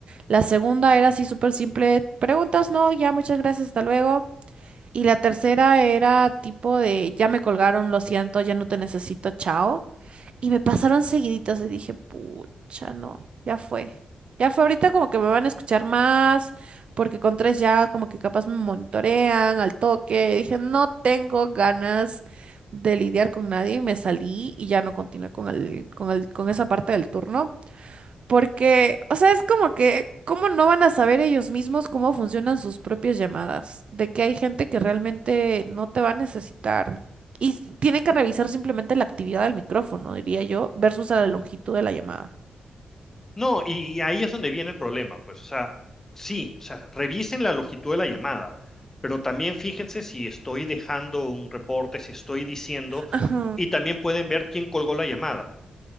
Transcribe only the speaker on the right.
La segunda era así súper simple, preguntas, no, ya, muchas gracias, hasta luego. Y la tercera era tipo de, ya me colgaron, lo siento, ya no te necesito, chao. Y me pasaron seguiditas y dije, pucha, no, ya fue. Ya fue ahorita como que me van a escuchar más, porque con tres ya como que capaz me monitorean al toque. dije, no tengo ganas de lidiar con nadie y me salí y ya no continué con el, con el, con esa parte del turno. Porque, o sea, es como que, ¿cómo no van a saber ellos mismos cómo funcionan sus propias llamadas? De que hay gente que realmente no te va a necesitar. Y s- tienen que revisar simplemente la actividad del micrófono, diría yo, versus a la longitud de la llamada.
Ajá,